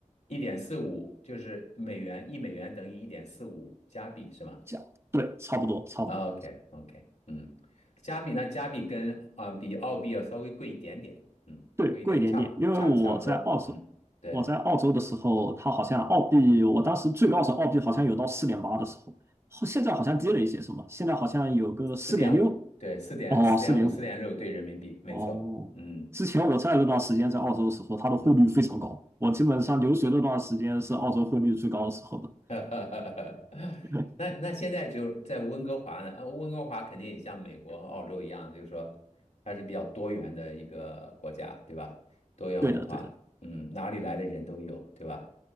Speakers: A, on the left; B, on the right.
A: 一点四五，就是美元一美元等于一点四五加币，是吗？
B: 加，对，差不多，差不多。
A: OK OK，嗯，加币那加币跟啊、呃比澳币要稍微贵一点点，嗯，
B: 对，
A: 贵一点，
B: 贵一点点，
A: 差不差差不多，
B: 因为我在澳洲，
A: 嗯，对，
B: 我在澳洲的时候，它好像澳币，我当时最高时候澳币好像有到四点八的时候，后现在好像跌了一些，是吗？现在好像有个四点六，
A: 四点五，对，四点四点五四点六对人民币，
B: 哦，四点五，
A: 没错，
B: 哦。
A: 嗯
B: 之前我在那段时间在澳洲的时候，它的汇率非常高，
A: 嗯，
B: 我基本上留学那段时间是澳洲汇率最高的时候的。
A: <laughs>
B: <laughs>
A: 那那现在就是在温哥华呢，呃，温哥华肯定也像美国和澳洲一样，就是说它是比较多元的一个国家，对吧？多元文化，
B: 对的，对的，
A: 嗯，哪里来的人都有，对吧？